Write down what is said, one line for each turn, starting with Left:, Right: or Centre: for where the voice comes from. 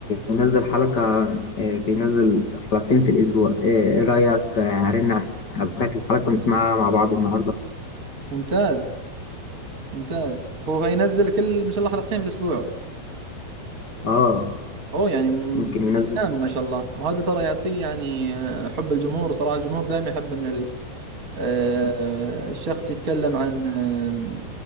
Left: هينزل حلقة إيه بينزل حلقتين في الأسبوع إيه إيه رأيك آه، هرن عليك الحلقة ونسمعها مع بعض النهاردة
Right: ممتاز ممتاز هو ينزل كل ما شاء الله حلقتين في الاسبوع
Left: آه
Right: اوه يعني م-
Left: ممكن ينزل
Right: التزام ما شاء الله وهذا ترى يعطيه يعني آه، حب الجمهور صراحة الجمهور دائما يحب ان ال- آه، الشخص يتكلم عن آه،